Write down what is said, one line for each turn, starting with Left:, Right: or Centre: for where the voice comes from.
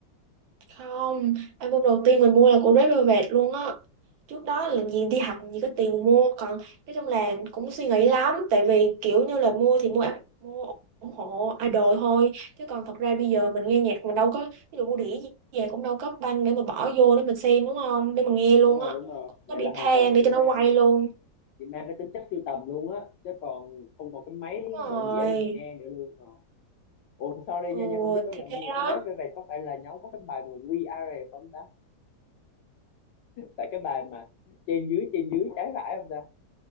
Right: không album đầu tiên mình mua là của Red Velvet luôn á trước đó là gì đi học làm gì có tiền mua còn nói chung là cũng suy nghĩ lắm tại vì kiểu như là mua thì mua al- mua ủng hộ idol thôi chứ còn thật ra bây giờ mình nghe nhạc mình đâu có ví dụ mua đĩa gì về cũng đâu có banh để mà bỏ vô để mình xem đúng không để mình nghe luôn
Left: đúng rồi
Right: á
Left: đúng rồi vậy
Right: có đĩa
Left: là hoàn
Right: than
Left: toàn là
Right: để
Left: chị
Right: cho
Left: mang
Right: nó quay luôn
Left: chỉ mang cái tính chất sưu tầm luôn á chứ còn không còn cái máy
Right: đúng rồi
Left: bộ đĩa để mà nghe nữa luôn rồi Ủa sorry
Right: ừ
Left: nha, nha không biết có nhầm
Right: thì
Left: không
Right: thế
Left: nhưng mà
Right: đó
Left: cái Red Velvet có phải là nhóm có cái bài mà We Are Rồi không ta? Tại cái bài mà trên dưới trên dưới trái phải không ta?